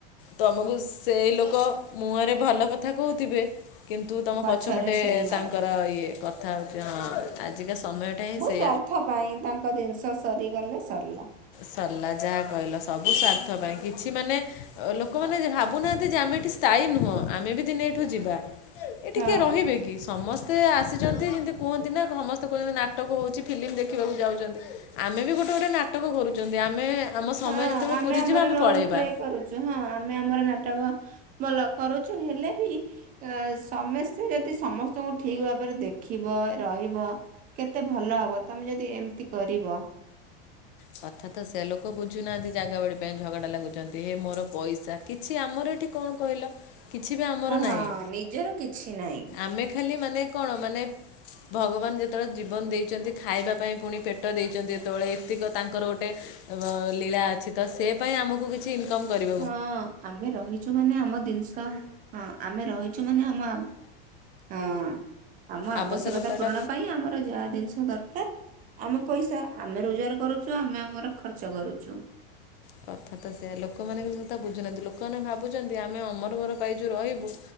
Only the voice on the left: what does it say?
ତମକୁ ସେଇ ଲୋକ ମୁହଁରେ ଭଲ କଥା କହୁଥିବେ କିନ୍ତୁ ତମ ପ
ପଛପଟେ
ତାଙ୍କର ଇଏ କଥା ହେଉଥିବେ ହଁ ଆଜିକା ସମୟଟା ହିଁ ସେ
ସରଲା ଯାହା କହିଲ ସବୁ ସ୍ଵାର୍ଥ ପାଇଁ କିଛି ମାନେ। ଲୋକମାନେ ଭାବୁନାହାନ୍ତି ଯେ ଆମେ ଏଠି ସ୍ଥାୟୀ ନୁହଁ ଆମେ ବି ଦିନେ ଏଇଠୁ ଯିବା। ଏଠି
କିଏ ରହିବେ କି? ସମସ୍ତେ ଆସିଛନ୍ତି ଯେମିତି କୁହନ୍ତି ନା ସମସ୍ତେ କହୁଛନ୍ତି ନାଟକ ହଉଚି ଫିଲ୍ମ ଦେଖ। ଯୋଉ ଯାଉଚନ୍ତି ଆମେ ବି ଗୋଟେ ଗୋଟେ ନାଟକ କରୁଛନ୍ତି ଆମେ ଆମ ସମୟ
ଯେତେବେଳେ ପୁରିଯିବ
ଆମେ
ପଳେଇବା।
କଥା ତ ସେ ଲୋକ ବୁଝୁନାହାନ୍ତି ଜାଗା ବାଡି ପାଇଁ ଝଗଡା ଲାଗୁଛନ୍ତି ହେ ମୋର ପଇସା କିଛି ଆମର ଏଠି କଣ କହିଲ କିଛି ବି ଆମର ନାହିଁ
ଆମେ ଖାଲି ମାନେ କଣ ମାନେ ଭଗବାନ ଯେତେବେଳେ ଜୀବନ ଦେଇଚନ୍ତି। ଖାଇବା ପାଇଁ ପୁଣି ପେଟ ଦେଇଚନ୍ତି। ଯେତେବେଳେ ଏତିକ ତାଙ୍କର ଗୋଟେ ଲୀଳା ଅଛି ତ ସେ ପାଇଁ ଆମକୁ କିଛି ଇନକମ୍ କରିବ
ଆବଶ୍ୟକତାଟା
କଥା ତ ସେଇୟା ଲୋକମାନେ କିନ୍ତୁ ତ ବୁଝୁନାହାନ୍ତି ଲୋକମାନେ ଭାବୁଛନ୍ତି ଆମେ ଅମର ବର ପାଇଛୁ ରହିବୁ।